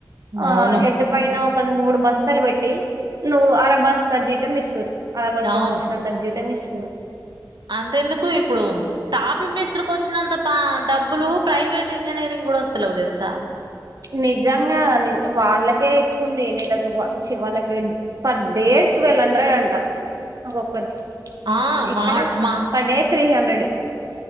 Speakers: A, on the right; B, on the right.
A: ఆ
B: అవును.
A: హెడ్ పైన మూడు బస్తాలు పెట్టి నువ్వు అరబస్తర్ జీత మిస్తురు అరబస్తా
B: అవును.
A: మోషన్ ద తమి స్తున్న
B: అంతెందుకు ఇప్పుడు తాపి మిస్త్రికి వచ్చినంత పా డబ్బులు ప్రైవేట్ ఇంజనీరింగ్ గూడా వస్తలేవు తెలుసా?
A: నిజంగా ని వాళ్ళకే ఉంది నీళ్ళకు చి వాళకి పర్ డే ట్వెల్వ్ హండ్రెడ్ అంటారు ఒక్కొక్కరికి
B: ఆ!
A: ఇక్కడ
B: మా మా
A: పర్ డే త్రీ హండ్రెడ్